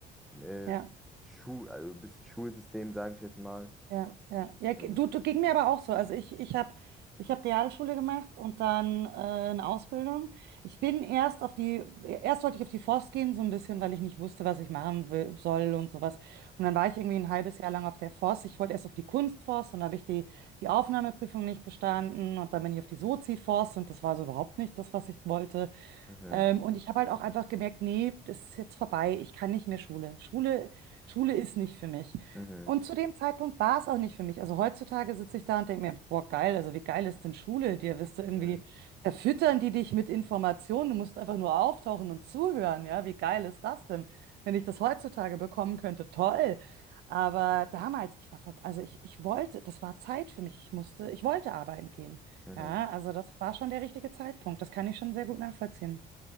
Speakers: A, in the centre; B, on the right.
A: äh,
B: Ja.
A: Schu also ein bisschen Schulsystem, sage ich jetzt mal.
B: Ja, ja. Ja, g-
A: Ähm,
B: du, du ging mir aber auch so. Also ich, ich habe ich hab Realschule gemacht und dann äh, eine Ausbildung. Ich bin erst auf die, erst wollte ich auf die Forst gehen, so ein bisschen, weil ich nicht wusste, was ich machen will, soll und sowas. Und dann war ich irgendwie ein halbes Jahr lang auf der Forst. Ich wollte erst auf die Kunstforst und da habe ich die, die Aufnahmeprüfung nicht bestanden. Und dann bin ich auf die Sozi-Forst und das war so überhaupt nicht das, was ich wollte.
A: mhm,
B: Ähm, und ich habe halt auch einfach gemerkt, nee, das ist jetzt vorbei. Ich kann nicht mehr Schule. Schule, Schule ist nicht für mich.
A: mhm,
B: Und zu dem Zeitpunkt war es auch nicht für mich. Also heutzutage sitze ich da und denke mir, boah, geil, also wie geil ist denn Schule? Dir wirst du irgendwie,
A: mhm,
B: da füttern die dich mit Informationen, du musst einfach nur auftauchen und zuhören, ja, wie geil ist das denn? Wenn ich das heutzutage bekommen könnte, toll. Aber damals, ich war, ver- also ich, ich wollte, das war Zeit für mich, ich musste, ich wollte arbeiten gehen.
A: mhm.
B: Ja, also das war schon der richtige Zeitpunkt, das kann ich schon sehr gut nachvollziehen.